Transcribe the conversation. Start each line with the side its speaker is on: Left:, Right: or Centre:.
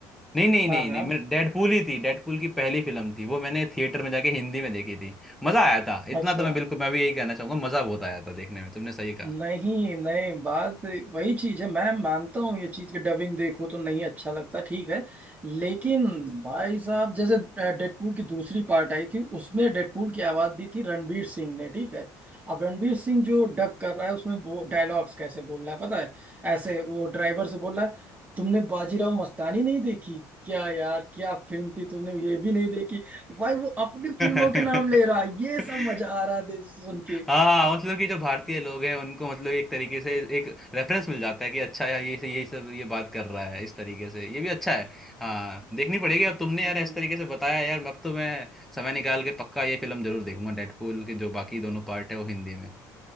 Centre: नहीं नहीं
Right: हाँ
Centre: नहीं
Right: हाँ।
Centre: नहीं मेरे डेडपूल ही थी डेडपूल की पहली फिल्म थी वो मैंने थिएटर में जाके हिंदी में देखी थी मजा आया था इतना
Right: अच्छा
Centre: तो मैं बिल्कुल मैं भी यही कहना चाहूंगा मजा बहुत आया था देखने में तुमने सही कहा
Right: नहीं नहीं बात वही चीज है मैं मानता हूँ ये चीज कि डबिंग देखो तो नहीं अच्छा लगता ठीक है लेकिन भाई साहब जैसे डेडपूल की दूसरी पार्ट आई थी उसमें डेडपूल की आवाज दी थी रणवीर सिंह ने ठीक है अब रणवीर सिंह जो डब कर रहा है उसमें वो डायलॉग्स कैसे बोल रहा है पता है ऐसे वो ड्राइवर से बोल रहा है तुमने बाजीराव मस्तानी नहीं देखी क्या यार क्या फिल्म थी तूने ये भी नहीं देखी भाई वो अपनी फिल्मों
Centre: <laughs>
Right: के नाम ले रहा है ये सब मजा आ रहा है दे- सुन के
Centre: हाँ मतलब कि जो भारतीय लोग हैं उनको मतलब एक तरीके से एक रेफरेंस मिल जाता है कि अच्छा यार ये ये सब ये बात कर रहा है इस तरीके से ये भी अच्छा है हाँ देखनी पड़ेगी अब तुमने यार
Right: हम्म
Centre: इस तरीके से बताया यार अब तो मैं समय निकाल के पक्का ये फिल्म जरूर देखूंगा डेडपूल के जो बाकी दोनों पार्ट है वो हिंदी में